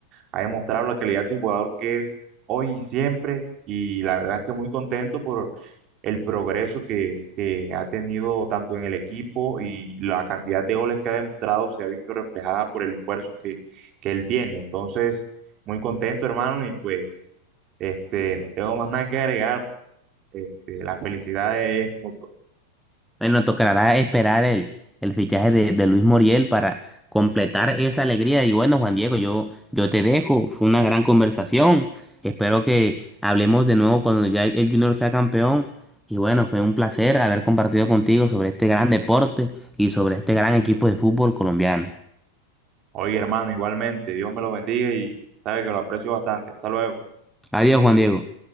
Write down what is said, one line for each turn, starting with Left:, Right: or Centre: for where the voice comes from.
Right: Ha demostrado la calidad de jugador que es hoy y siempre, y la verdad es que muy contento por el progreso que, que ha tenido tanto en el equipo y la cantidad de goles que ha demostrado se ha visto reflejada por el esfuerzo que, que él tiene. Entonces, muy contento, hermano, y pues, este, no tengo más nada que agregar. Este, la felicidad es mutua.
Centre: Bueno, tocará esperar el, el fichaje de, de Luis Muriel para completar esa alegría. Y bueno, Juan Diego, yo, yo te dejo. Fue una gran conversación. Espero que hablemos de nuevo cuando ya el Junior sea campeón. Y bueno, fue un placer haber compartido contigo sobre este gran deporte y sobre este gran equipo de fútbol colombiano.
Right: Oye, hermano, igualmente, Dios me lo bendiga y sabe que lo aprecio bastante. Hasta luego.
Centre: Adiós, Juan Diego.